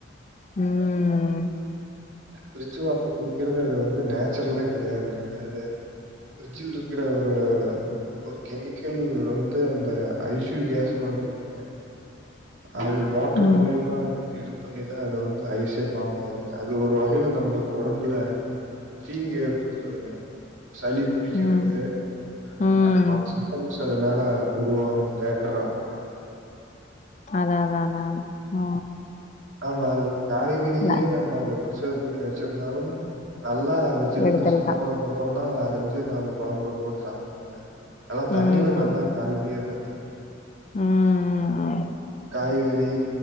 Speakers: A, on the left (about 35°); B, on the right (about 80°).
A: உம்
B: பிரிட்ஜ் வாட்டர் குடிக்கிறது அது வந்து நேச்சுரலே கெ‌டையாதுங்க அது பிரிட்ஜில் இருக்கிற ஒரு ஒரு கெமிக்கல் வந்து அந்த ஐஸ்யூ கேஸ்ன்னு ஒன்னு இருக்குங்க அது மோட்டர்
A: ம்,
B: மூல்யமா இது பண்ணிதா அத வந்து ஐஸே ஃபார்ம் ஆவுதுங்க இது ஒரு வகையில நம்ளுக்கு ஒடம்புல தீங்கு ஏற்படுத்துதுங்க சளி புடிக்கிறது
A: ம், ம்.
B: மற்றும் பாப்ஸூ ஃபங்க்ஸ் அதுனால உருவாவுங்க லேட்டுரா
A: அதா அதா அதா ஓ
B: ஆமா அதுல காய்கறியே
A: நான்
B: நம்ம அதுல பிரிசர்வ் பண்ணி வச்சிருந்தாலும் நல்லா அத ஜில்னஸ்
A: கெடுதல்
B: போனதுக்கு
A: தான்.
B: அப்றோ தா அத அரிஞ்சு நாம கொழம்புல போட்டு சாப்புட்ணுங்க நல்லா தண்ணியில
A: ம், ம்,
B: நல்லா கழுவிரணுங்க
A: ம்,
B: காய்கறி